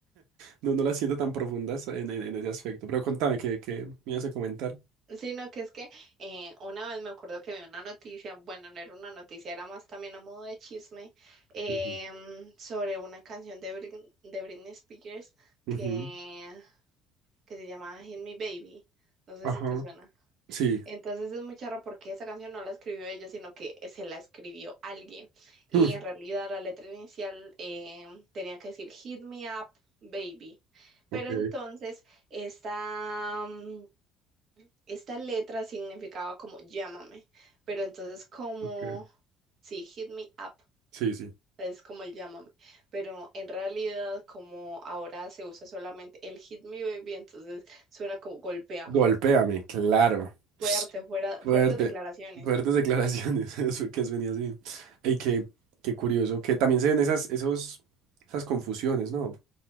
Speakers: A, on the right; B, on the right.
A: No, no las siento tan profundas en, en- en ese aspecto. Pero contame, ¿qué, qué me ibas a comentar?
B: sino que es que eh, una vez me acuerdo que vi una noticia, bueno, no era una noticia, era más también a modo de chisme, em,
A: Ujú.
B: sobre una canción de, Britney- de Britney Spears
A: Ujú,
B: que, que se llamaba Hit Me Baby. No sé
A: Ajá.
B: si te suena.
A: Sí.
B: Entonces
A: <laughs>
B: es muy charro porque esa canción no la escribió ella, sino que se la escribió alguien. Y
A: Hmm,
B: en realidad la letra inicial em, tenía que decir Hit me up, baby.
A: Ok,
B: Pero entonces esta, mm, esta letra significaba como llámame. Pero entonces como,
A: ok.
B: sí, hit me up.
A: Sí, sí.
B: Es como el llámame, pero en realidad como ahora se usa solamente el hit me baby, entonces suena como golpéame.
A: Golpéame, claro.
B: Fuerte, fuera,
A: Fuerte.
B: fuertes declaraciones.
A: Fuertes declaraciones. <laughs> Eso que es venía así. Y qué, qué curioso. Que también se ven esas, esos, esas confusiones, ¿no?